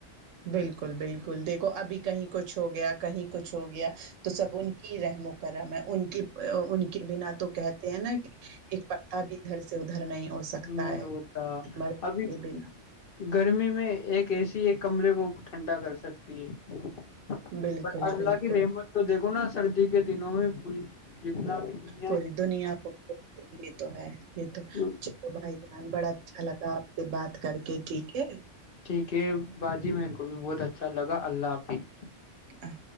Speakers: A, on the right; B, on the left.
A: بالکل بالکل دیکھو ابھی کہیں کچھ ہو گیا کہیں کچھ ہو گیا تو سب ان کی رحم و کرم ان کی ان کے بنا تو کہتے ہیں نا کہ ایک پتا بھی ادھر سے سے ادھر نہیں ہو سکتا
B: نہیں
A: ہے
B: ہوتا
A: مرض
B: ابھی
A: کے بنا
B: گرمی میں ایک اے سی ایک کمرے کو ٹھنڈا کر سکتی ہے
A: بالکل
B: پر اللہ
A: بالکل
B: کی رحم تو دیکھو نا سردی کے دنوں میں پوری جتنا بھی د
A: پوری دنیا کو یہ تو ہے یہ تو
B: جاتی۔
A: تو بھائی جان بڑا اچھا لگا آپ سے بات کر کے ٹھیک ہے
B: ٹھیک ہے باجی میرے کو بھی بہت اچھا لگا اللہ حافظ
A: ا <unintelligible>